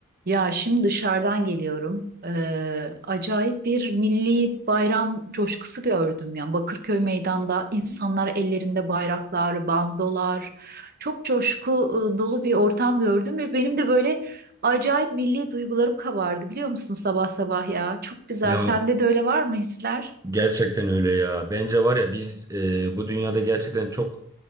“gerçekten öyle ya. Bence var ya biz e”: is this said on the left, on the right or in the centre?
Right